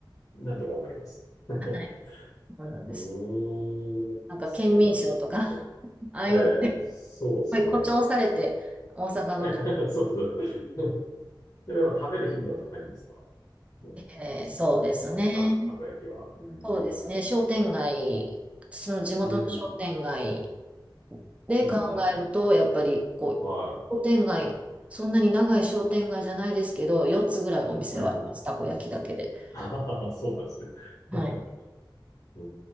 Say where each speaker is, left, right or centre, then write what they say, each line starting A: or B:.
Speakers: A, on the left; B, on the right.
A: なんとかわかります。<laughs>
B: はい。そうなんです。
A: うーん。
B: なんか、
A: そうなんだ。
B: 県民賞とか、
A: 面白
B: ああいうの、
A: い。ええ、
B: やっ
A: そうですね。
B: ぱり誇張されて、大阪の女
A: <laughs> そうですね。<laughs> でもやっぱ食べる頻度は高いんですかもう、
B: えーそうですね。
A: 大阪とか。あの、た、たこ焼きは。うーん。
B: そうですね。商店街、その地元の商店街
A: うん。
B: で考えると、
A: うん、うん、うん。
B: やっぱりこう、
A: はい。
B: 商店街、そんなに長い商店街じゃないですけど、4つぐらいお店はたこ焼きだけで。
A: うん。<laughs> ああそうなんですね。
B: はい。
A: <laughs> う